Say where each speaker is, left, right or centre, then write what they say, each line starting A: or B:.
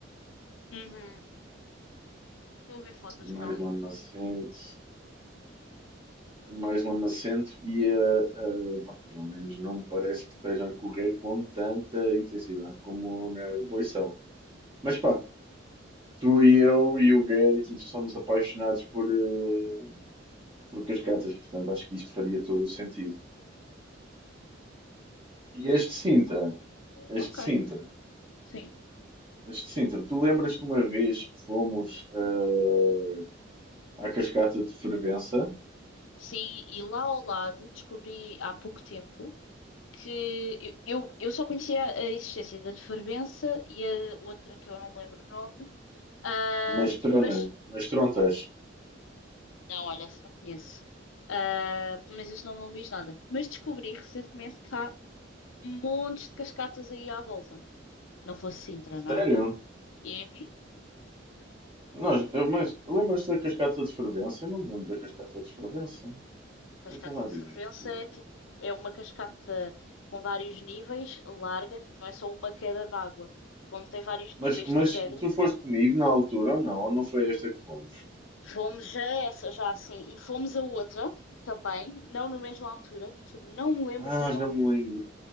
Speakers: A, on the left (about 80°); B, on the right (about 30°).
A: Uhum. Estou a ver fotos
B: mais
A: realmente.
B: lamacento, mais lamacento e a, pá, pelo menos não me parece que esteja a correr com tanta intensidade como na Boição. Mas pá, Tu e eu e o Gary tipo, somos apaixonados por, eh, por cascatas, portanto acho que isto faria todo o sentido. E este Sintra,
A: Ok,
B: este Sintra,
A: sim.
B: este Sintra, tu lembras-te uma vez que fomos eh, à cascata de Fervença,
A: Sim, e lá ao lado descobri há pouco tempo que eu, eu eu só conhecia a existência da de Fervença e a outra que eu não me lembro o nome, ah,
B: mas tronas,
A: mas
B: mas trontas,
A: não, olha, essa não conheço. Ah, mas este nome não me diz nada. Mas descobri recentemente que há montes de cascatas aí à volta. Não fosse Sintra, não
B: sério?
A: é? E enfim,
B: Nós, eu- mas lembras-te da cascata de Fervença? Eu não me lembro da cascata de Fervença.
A: cascata
B: Eu estava
A: de
B: a dizer
A: fervença
B: que fui.
A: é tipo, é uma cascata com vários níveis, larga, tipo, não é só uma queda d'água. Como tem vários níveis
B: Mas, mas
A: de pedra,
B: tu foste comigo na altura ou não? Ou não foi esta que fomos?
A: fomos a essa já assim, e fomos a outra também, não na mesma altura, que eu não me lembro
B: Ah,
A: do nome,
B: já me lembro.